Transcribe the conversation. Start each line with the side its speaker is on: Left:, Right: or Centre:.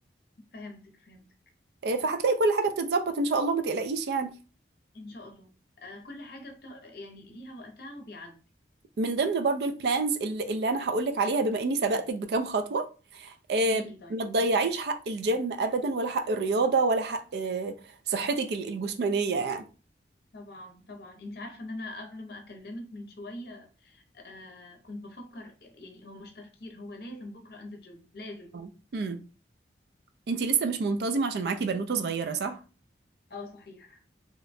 Left: فهمتك فهمتك
Right: آه، فهتلاقي كل حاجة بتتظبط إن شاء الله ما تقلقيش يعني
Left: إن شاء الله آه كل حاجة بتا... يعني ليها وقتها وبيعدي
Right: من ضمن برضو البلانز اللي, اللي أنا هقولك عليها بما إني سبقتك بكام خطوة آه،
Left: قولي لي طيب
Right: ما تضيعيش حق الجيم ابدا ولا حق الرياضه ولا حق آه، صحتك ال- الجسمانيه يعني
Left: طبعا طبعا انت عارفه ان انا قبل ما اكلمك من شويه آه كنت بفكر يعني هو مش تفكير هو لازم بكره انزل جيم لازم
Right: آه. امم انتي لسه مش منتظمه عشان معاكي بنوته صغيره صح
Left: اه صحيح